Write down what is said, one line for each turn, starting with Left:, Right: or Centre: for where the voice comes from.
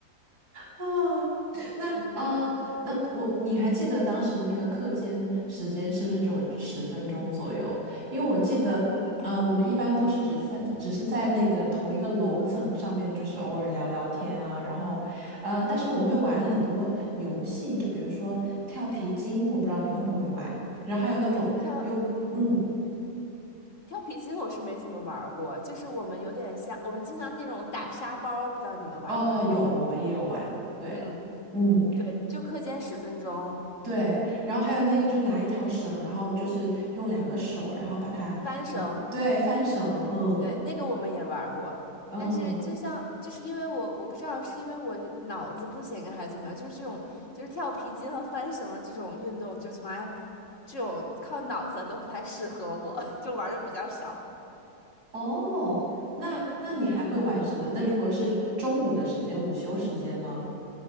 Right: 哦，那呃，
Left: 嗯，
Right: 那我你还记得当时那个课间时间是不是就有十分钟左右？因为我记得，
Left: 嗯，
Right: 呃，我们一般都是只在只是在那个同一个楼层上面，就是偶尔聊聊天啊，然后，呃，但是我们会玩很多游戏，就比如说跳皮筋，我不知道你会不会玩，然后还有那种用，
Left: 跳嗯
Right: 嗯，
Left: 跳皮筋我是没怎么玩儿过，就是我们有点像我们经常那种打沙包，不知道你们玩儿过来过？
Right: 哦，有，我们也有玩，对，
Left: 嗯，
Right: 嗯。
Left: 对，就课间十分钟
Right: 对，然后还有那个，就拿一条绳，然后就是用两个手，然后把它，
Left: 翻绳。
Right: 呃，对，翻绳，嗯
Left: 对，那个我们也玩儿过，
Right: 嗯，
Left: 但是就像就是因为我我不知道是因为我是脑子不行啊还是怎么样，就是这种就是跳皮筋和翻绳的这种运动，就从来这种靠脑子都不太适合我，<laughs> 就玩的比较少。
Right: 哦，那那你还会玩什么？
Left: 嗯，
Right: 那如果是中午的时间，午休时间呢？